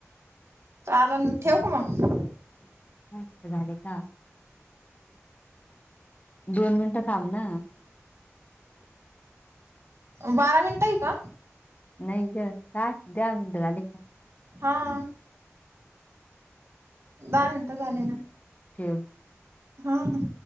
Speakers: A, on the right (about 65°); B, on the left (about 30°).
A: चालल ठेव का मग?
B: मस्त झाले काम? दोन मिनिट थांब ना,
A: ओ बारा मिनिट ये का?
B: नाही ग पाच दहा मिनट झाले का,
A: हा, दहा मिनट झाले ना,
B: ठेव,
A: हा ह,